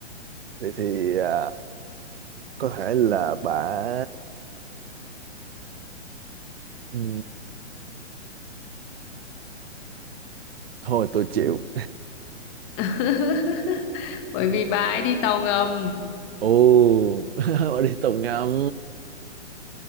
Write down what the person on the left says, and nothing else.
<laughs> bởi vì bà ấy đi tàu ngầm.